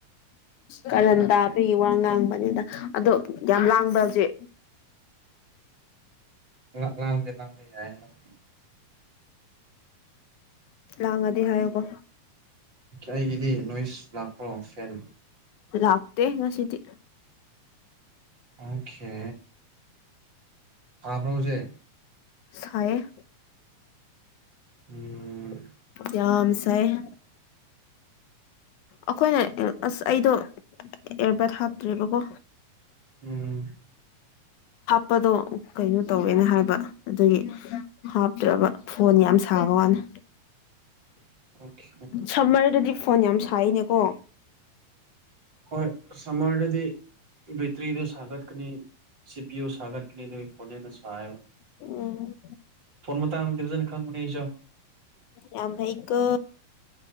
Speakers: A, on the left (about 75°); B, on the right (about 35°).
A: ꯀꯔꯟ
B: ꯌꯥꯏ
A: ꯇꯥꯕꯒꯤ
B: ꯌꯥꯏ
A: ꯋꯥꯉꯥꯡ ꯕꯅꯤꯗ ꯑꯗꯣ ꯌꯥꯝ ꯂꯥꯡꯕ꯭ꯔ ꯍꯧꯖꯤꯛ
B: ꯉ ꯉꯥꯡꯗꯦ ꯂꯥꯡꯗꯦ ꯌꯥꯏꯌꯦ ꯑꯗꯨꯝ
A: ꯂꯥꯡꯉꯗꯤ ꯍꯥꯏꯌꯣꯀꯣ
B: ꯑꯩꯒꯤꯗꯤ ꯅꯣꯏꯁ ꯂꯥꯛꯄ꯭ꯔꯣ ꯐꯦꯟ
A: ꯂꯥꯛꯇꯦ ꯉꯁꯤꯗꯤ
B: ꯑꯣꯀꯦ ꯍꯧꯖꯦ
A: ꯁꯥꯏꯌꯦ
B: ꯎꯝ
A: ꯌꯥꯝ ꯁꯥꯏꯌꯦ ꯑꯈꯣꯏꯅ ꯑ ꯑꯁ ꯑꯩꯗꯣ ꯑꯦ ꯑꯦꯌꯥꯔꯕꯠ ꯍꯥꯞꯇ꯭ꯔꯦꯕꯀꯣ
B: ꯎꯝ
A: ꯄꯗꯣ ꯀꯩꯅꯣ ꯇꯧꯋꯦꯅ ꯍꯥꯏꯕ ꯑꯗꯨꯒꯤ ꯍꯥꯞꯇ꯭ꯔꯕ ꯐꯣꯟ ꯌꯥꯝ ꯁꯥꯕ ꯋꯥꯅꯦ
B: <inaudible> ꯑꯣꯀꯦ
A: ꯁꯝꯃꯔꯗꯗꯤ ꯐꯣꯟ ꯌꯥꯝ ꯁꯥꯏꯅꯦꯀꯣ
B: ꯍꯣꯏ ꯁꯝꯃꯔꯗꯗꯤ ꯕꯦꯇ꯭ꯔꯤꯗꯣ ꯁꯥꯒꯠꯀꯅꯤ ꯁꯤ ꯄꯤ ꯑꯣ ꯁꯥꯒꯠꯀꯅꯤ ꯑꯗꯨꯒꯤ ꯐꯣꯟ ꯍꯦꯟꯅ ꯁꯤꯏꯌꯦꯕ
A: ꯎꯝ
B: ꯐꯣꯟ ꯃꯇꯥꯡꯗꯗꯤ ꯐꯖꯅ ꯈꯪꯕꯅꯦ ꯑꯩꯖꯨ
A: ꯌꯥꯝ ꯐꯩꯀꯣ